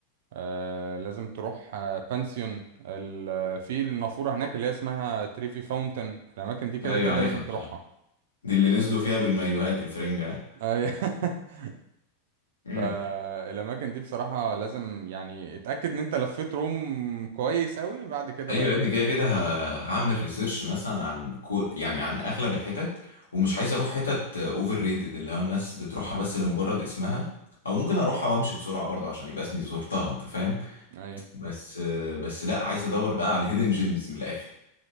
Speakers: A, on the right (about 55°); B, on the left (about 70°).
A: آه لازم تروح آه بانسيون ال- في النافورة هناك اللي هي اسمها تريفي فاونتن الأماكن دي كده
B: ايوه
A: كده
B: عارفها
A: لازم
B: بصراحة
A: تروحها
B: دي اللي نزلوا فيها بالمايوهات الفرنجة
A: أي- <laughs>
B: ها؟
A: آه، الأماكن دي بصراحة لازم يعني اتأكد إن أنت لفيت روم كويس أوي بعد كده
B: ايوه
A: بقى
B: يا ابني
A: إيه،
B: كده كده ه- هعمل ريسيرش مثلا عن كو يعني عن اغلب الحتت ومش عايز اروح حتت اوفر ريتد اللي هو الناس بتروحها بس لمجرد اسمها او ممكن
A: م-
B: اروحها وامشي بسرعه برضه عشان يبقى اسمي زرتها انت فاهم
A: أيوه
B: بس بس لا عايز ادور بقى على الهيدن جيمز من الاخر